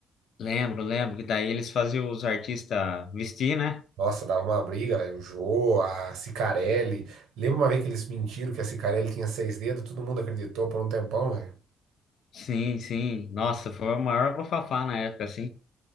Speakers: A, on the left; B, on the right.
A: Lembro, lembro que daí eles faziam os artistas vestir, né?
B: Nossa, dava uma briga, velho. O Jô, a Cicarelli. Lembra uma vez que eles mentiram que a Cicarelli tinha seis dedos? Todo mundo acreditou por um tempão, velho.
A: Sim, sim. Nossa, foi o maior bafafá na época, assim.